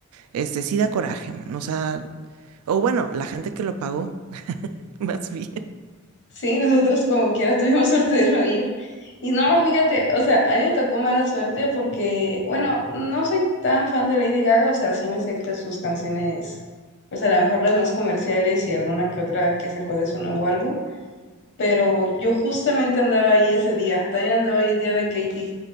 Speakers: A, on the right; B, on the left.
A: Este sí da coraje, man. O sea, o bueno, la gente que lo pagó, <laughs> más bien.
B: Sí, nosotros como quiera tuvimos suerte de no ir. Y no, fíjate, o sea, a mí me tocó mala suerte porque, bueno, no soy tan fan de Lady Gaga, o sea, sí me sé que sus canciones, pues a lo mejor las más comerciales y alguna que otra que sacó de su nuevo álbum, pero yo justamente andaba ahí ese día, también andaba ahí el día de Katie,